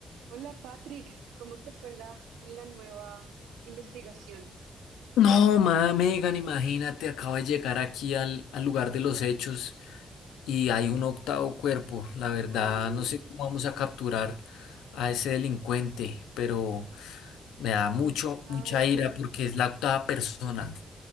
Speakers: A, on the right; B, on the left.
A: Hola Patrick, ¿cómo te fue en la, en la nueva investigación?
B: No, ma, Megan, imagínate, acabo de llegar aquí al, al lugar de los hechos y hay un octavo cuerpo. La verdad,
A: <gasps> ¡Ah!
B: no sé cómo vamos a capturar a ese delincuente, pero me da mucho,
A: Un octavo
B: mucha ira
A: cuerpo.
B: porque es la octava persona.